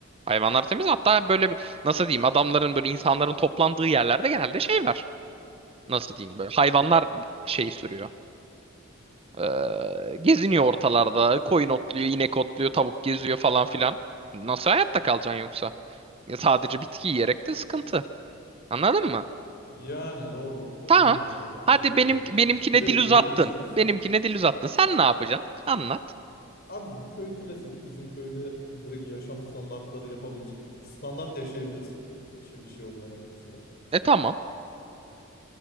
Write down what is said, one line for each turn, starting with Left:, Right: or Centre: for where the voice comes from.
Right: Hayvanlar temiz. Hatta böyle bir- nasıl diyeyim adamların böyle insanların toplandığı yerlerde genelde şey var. Nasıl diyeyim böyle hayvanlar şeyi sürüyor. Ee, geziniyor ortalarda. Koyun otluyor, inek otluyor, tavuk geziyor falan filan. Nasıl hayatta kalacaksın yoksa? Ya sadece bitki yiyerek de sıkıntı. Anladın mı?
Left: Yani doğru protein
Right: Tamam.
Left: de lazım
Right: Hadi
Left: şey de
Right: benim
Left: lazım.
Right: benimkine
Left: Bir de
Right: dil uzattın.
Left: durum şu.
Right: Benimkine dil uzattın. Sen ne yapacaksın? Anlat.
Left: Abicim köy klasik. Bizim köyde direkt yaşam standartları yapabilecek standart yaşayabilirsin. Şey, bir şey olmadan ekstra.
Right: E tamam.